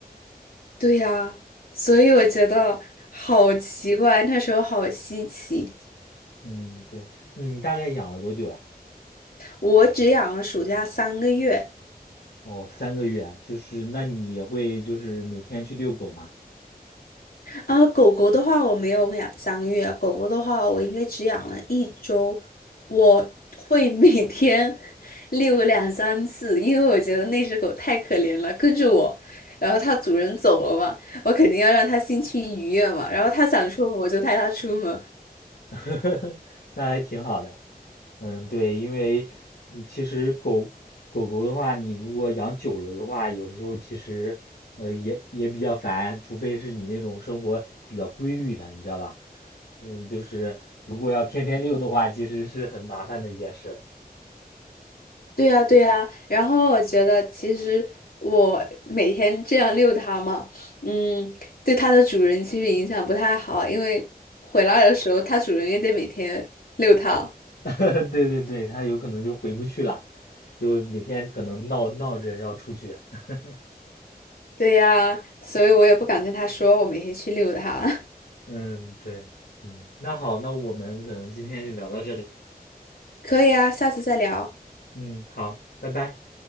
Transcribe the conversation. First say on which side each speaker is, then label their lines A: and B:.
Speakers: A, on the left (about 65°); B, on the left (about 80°).
A: 对呀，所以我觉得好奇怪，那时候好稀奇。
B: 嗯，对，你大概养了多久呀？
A: 我只养了暑假三个月，
B: 哦，三个月啊，就是那你也会就是每天去遛狗吗？
A: 啊，狗狗的话我没有养三个月，狗狗的话我应该只养了一周。我会每天 <laughs> 遛两三次，因为我觉得那只狗太可怜了，跟着我，然后它主人走了嘛，我肯定要让它心情愉悦嘛，然后它想出门我就带它出门。
B: <laughs> 那还挺好的。嗯，对，因为嗯其实狗狗狗的话，你如果养久了的话，有时候其实呃也也比较烦，除非是你那种生活比较规律的，你知道吧？嗯，就是如果要天天遛的话，其实是很麻烦的一件事
A: 对呀，对呀，然后我觉得其实我每天这样遛它嘛，嗯，对它的主人其实影响不太好，因为回来的时候它主人也得每天遛它。
B: <laughs> 对对对，它有可能就回不去了，就每天可能闹闹着要出去。<laughs>
A: 对呀，所以我也不敢跟他说我每天去遛他。
B: 嗯，对，嗯，那好，那我们可能今天就聊到这里。
A: <laughs> 可以啊，下次再聊，
B: 嗯，好，拜拜。